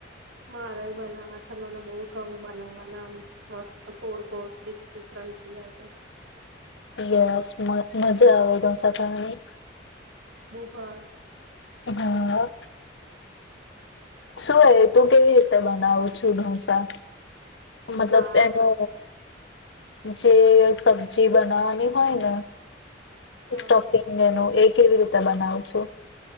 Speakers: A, on the right; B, on the left.
A: મારેય બનાવા છે મને બહ ગમે બનાવાના મસ્ત ગ ગ ક્રિસ્પી ક્રંચી.
B: યસ મ મજા આવે ડોસા ખાવાની.
A: બ <unintelligible>
B: હા. શું હોય તું કેવી રીતે બનાવું છું ઢોસા. મતલબ
A: દાળ
B: એનો. જે સબ્જી બનાવાની હોય ને
A: ભાત
B: સ્ટફિંગ એનું એક. કેવી રીતે બનાવું છું?